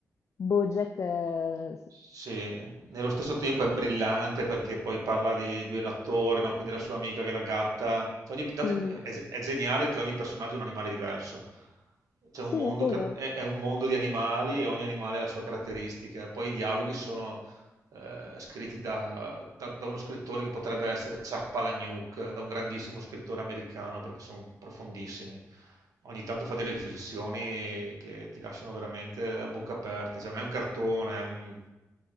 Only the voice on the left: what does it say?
BoJack... eh, s-
mhm.
Sì,
è vero.